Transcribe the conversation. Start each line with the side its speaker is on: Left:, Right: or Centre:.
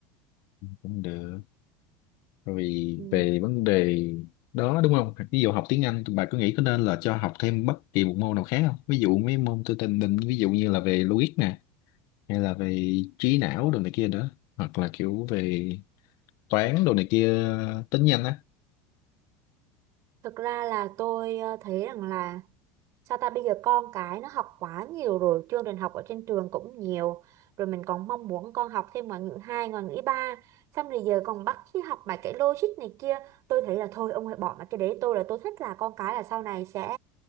Left: cũng được Bởi vì
Right: ừ.
Left: về vấn đề đó đúng không ví dụ học tiếng Anh bà có nghĩ có nên là cho học thêm bất kỳ một môn nào khác không ví dụ mấy môn tôi tình định ví dụ như là về logic nè hay là về trí não đồ này kia nữa hoặc là kiểu về toán đồ này kia tính nhanh á
Right: thực ra là tôi ờ, thấy rằng là sao ta bây giờ con cái nó học quá nhiều rồi chương trình học ở trên trường cũng nhiều rồi mình còn mong muốn con học thêm ngoại ngữ hai ngoại ngữ ba xong rồi giờ còn bắt đi học mà cái logic này kia tôi thấy là thôi ông hãy bỏ mà cái đấy tôi là tôi thích là con cái là sau này sẽ